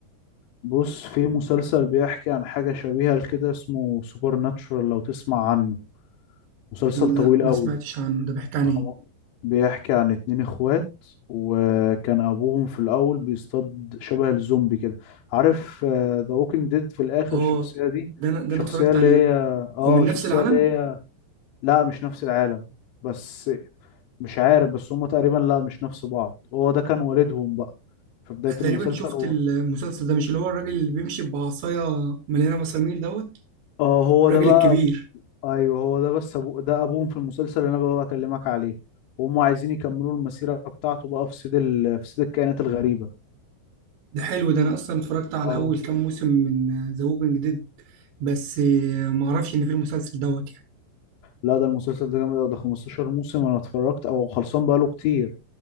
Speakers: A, on the left; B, on the right.
A: بص في مسلسل بيحكي عن حاجة شبيهة لكده اسمه سوبر ناتشورال لو تسمع عنه مسلسل
B: لا
A: طويل
B: ما
A: قوي
B: سمعتش عنه ده بيحكي عن
A: خم-
B: ايه
A: بيحكي عن اتنين اخوات وكان أبوهم في الأول بيصطاد شبه الزومبي كده عارف ذا ووكينج ديد في الآخر
B: اه
A: الشخصية دي
B: ده انا ده
A: شخصية
B: انا اتفرجت
A: اللي
B: عليه
A: هي اه
B: هو من
A: شخصية
B: نفس العالم
A: اللي هي لا مش نفس العالم بس مش عارف بس هما تقريبا لا مش نفس بعض هو ده كان والدهم بقى في بداية
B: تقريبا
A: المسلسل
B: شفت
A: هو
B: المسلسل ده مش اللي هو الراجل اللي بيمشي بعصايه مليانه مسامير دوت
A: اه هو
B: الراجل
A: ده بقى
B: الكبير
A: ابوه ايوه هو ده بس ابو ده ابوهم في المسلسل اللي انا بقى بكلمك عليه وهم عايزين يكملوا المسيرة بتاعته بقى في صيد ال... في صيد الكائنات الغريبة
B: ده حلو ده انا اصلا اتفرجت على
A: اه
B: اول كام موسم من ذا ووكينج ديد بس ما اعرفش ان في المسلسل دوت يعني
A: لا ده المسلسل ده جامد أوي، ده 15 موسم انا اتفرجت او خلصان بقاله كتير